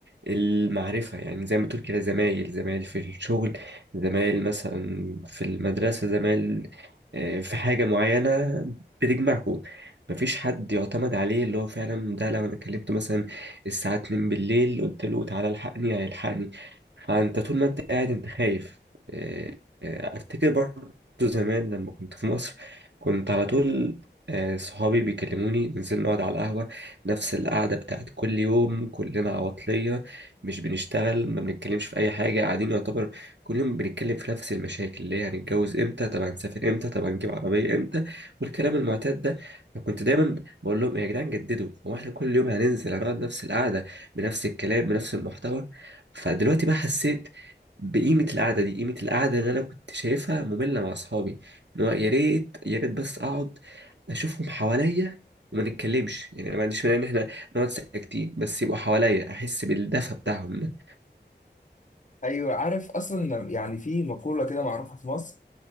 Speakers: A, on the right; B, on the left.
A: المعرفة يعني زي ما تقول كده زمايل زمايل في الشغل زمايل مثلا في المدرسة زمايل آه، في حاجة معينة بتجمعكم مفيش حد يعتمد عليه اللي هو فعلا ده لو انا كلمته مثلا الساعة 2 بالليل قلت له تعالى الحقني هيلحقني فأنت طول ما أنت قاعد أنت خايف آه، آه، أفتكر برضه زمان لما كنت في مصر كنت على طول آه، صحابي بيكلموني ننزل نقعد على القهوة نفس القعدة بتاعت كل يوم كلنا عواطلية مش بنشتغل ما بنتكلمش في أي حاجة قاعدين يعتبر كل يوم بنتكلم في نفس المشاكل اللي هي هنتجوز امتى طب هنسافر امتى طب هنجيب عربية امتى والكلام المعتاد ده فكنت دايما بقول لهم يا جدعان جددوا هو احنا كل يوم هننزل هنقعد نفس القعده بنفس الكلام بنفس المحتوى فدلوقتي بقى حسيت بقيمه القعده دي قيمه القعده اللي انا كنت شايفها ممله مع اصحابي ان هو يا ريت يا ريت بس اقعد اشوفهم حواليا وما نتكلمش يعني انا ما عنديش مانع ان احنا نقعد ساكتين بس يبقوا حواليا احس بالدفى بتاعهم ده
B: أيوة عارف أصلا يعني في مقولة كده معروفة في مصر